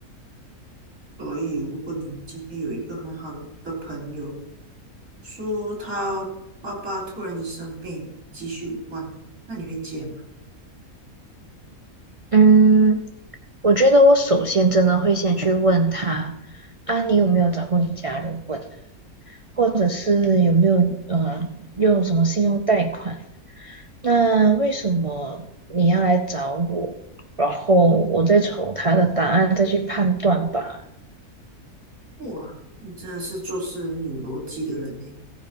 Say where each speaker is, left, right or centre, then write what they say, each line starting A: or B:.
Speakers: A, on the right; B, on the right.
A: 所以，如果你今天有一个很好的朋友，说他爸爸突然间生病，急需五万，那你会借吗？
B: 嗯，我觉得我首先真的会先去问他，啊，你有没有找过你家人问，或者是有没有呃用什么信用贷款？那为什么你要来找我？然后我再瞅他的答案再去判断吧。
A: 哇，你真的是做事很有逻辑的人呢。